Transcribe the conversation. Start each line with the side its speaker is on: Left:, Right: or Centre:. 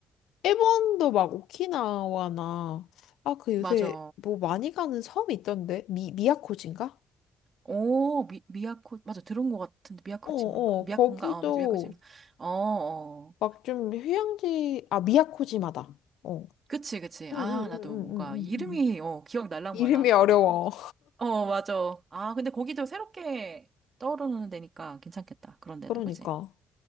Left: 일본도 막 오키나와나 아 그 요새
Right: 맞아.
Left: 뭐 많이 가는 섬이 있던데 미 미야코지인가?
Right: 오, 미, 미야코, 맞아. 들은 것 같은데, 미야코
Left: 어어
Right: 치마인가? 미야코인가?
Left: 거기도
Right: 어, 맞아. 미야코 치마. 어, 어.
Left: 막 좀 휴양지 아 미야코지마다. 어.
Right: 그치, 그치.
Left: 응응응응응응.
Right: 아, 나도 뭔가 이름이, 어, 기억 날랑말랑.
Left: 이름이 어려워.
Right: 어, 맞아. 아, 근데 거기도 새롭게 떠오르는 데니까 괜찮겠다.
Left: <laughs>
Right: 그런데도,
Left: 그러니까.
Right: 그치?